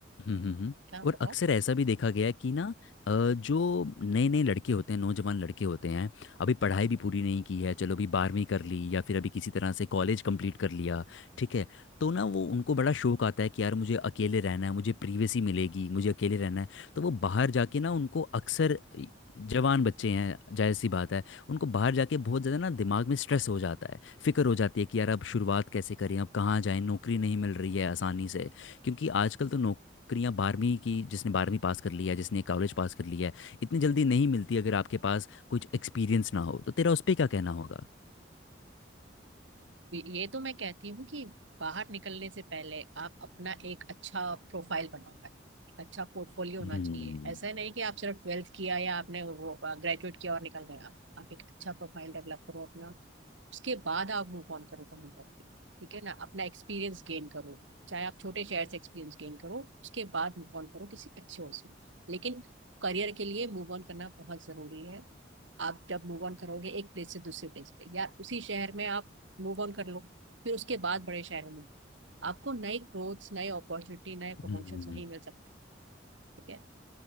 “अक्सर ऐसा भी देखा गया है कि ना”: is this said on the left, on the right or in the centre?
Left